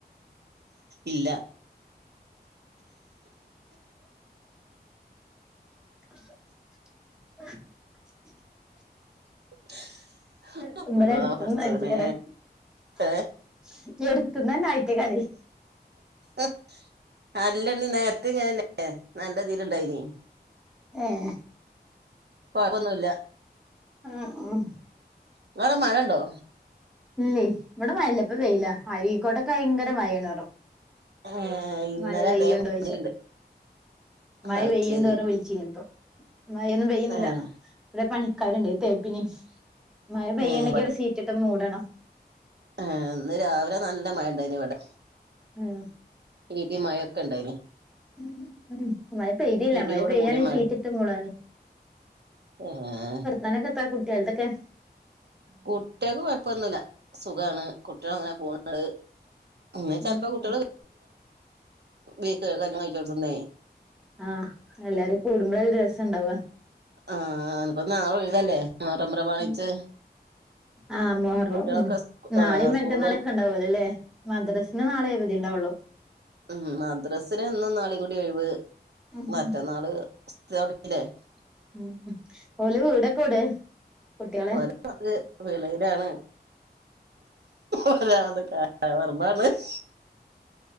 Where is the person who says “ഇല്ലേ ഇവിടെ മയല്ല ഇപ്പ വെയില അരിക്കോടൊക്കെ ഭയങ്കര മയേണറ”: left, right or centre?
Centre